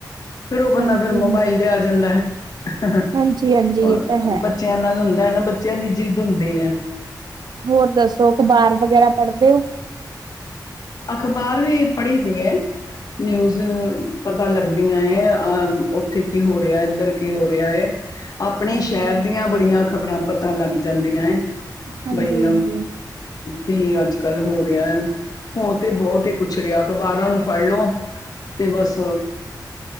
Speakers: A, on the left; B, on the right.
A: ਫਿਰ ਓ ਬੰਦਾ
B: ਹਾਂਜੀ
A: ਫਿਰ ਮੋਬਾਈਲ ਦੇ ਆ ਜਾਂਦਾ ਐ ਤਾਂ
B: ਹਾਂਜੀ ਹਾਂਜੀ ਇਹ
A: ਕਰਕੇ
B: ਤਾਂ ਹੈ
A: ਬੱ ਚੇਆ ਨਾਲ ਹੁੰਦਾ ਨਾ ਬੱਚਿਆਂ ਦੀ ਜਿੱਦ ਹੁੰਦੀ ਐ।
B: ਹੋਰ ਦੱਸੋ ਅਖ਼ਬਾਰ ਵਗੈਰਾ ਪੜਦੇ ਓ?
A: ਅਖ਼ਬਾਰ ਵੀ ਪੜ੍ਹੀ ਦੀ ਏ। ਨਿਊਜ਼ ਪਤਾ ਲੱਗਦੀਆਂ ਏ ਅ ਓੱਥੇ ਕੀ ਹੋ ਰਿਆ, ਇੱਧਰ ਕੀ ਹੋ ਰਿਆ ਏ। ਅਪਨੇ
B: ਹਾਂਜੀ
A: ਸ਼੍ਹੈਰ
B: ਹਾਂਜੀ
A: ਦੀਆਂ ਬੜੀਆਂ ਖ਼ਬਰਾਂ ਪਤਾ ਲੱਗ ਜਾਂਦੀਆਂ ਏ।
B: ਹਾਂਜੀ
A: ਬਈ ਅ
B: ਹਾਂਜੀ
A: ਕੀ ਆੱਜ-ਕੱਲ ਹੋ ਰਿਆ ਐ। ਹੋ ਤੇ ਬੋਤ ਈ ਕੁੱਛ ਰਿਆ ਅਖਬਾਰਾਂ ਨੂੰ ਫੜ ਲਓ ਤੇ ਬਸ